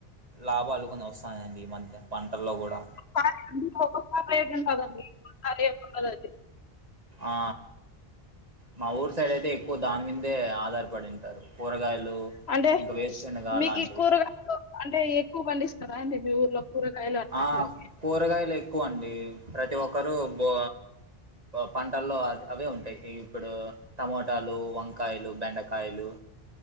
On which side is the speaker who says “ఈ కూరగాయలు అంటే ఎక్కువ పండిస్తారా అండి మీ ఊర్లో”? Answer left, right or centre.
Left